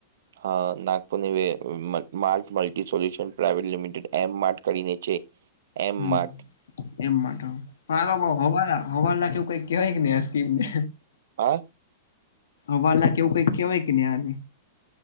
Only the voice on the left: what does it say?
હમ્મ
એમ માર્ટ હ હા <unintelligible> હોવાના. હવા લાખ એવું કઈ કેહેવાય કે નને આ સ્કીમને.
હવાલા કે એવું કઈક કેહેવાય કે ને આને.